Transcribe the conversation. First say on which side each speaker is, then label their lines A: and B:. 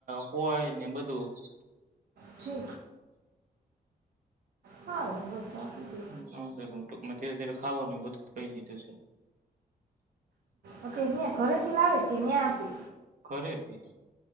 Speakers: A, on the right; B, on the right.
A: હોય ને બધું
B: છે. હા રજા આપી દે.
A: ના ઉતારવાનું ટૂંકમાં ધીરે ધીરે ખાવાનું એ બધું કઈ દીધું છે.
B: અ અયાં ઘરે થી લાવે કે ન્યાં આપે.
A: ઘરેથી.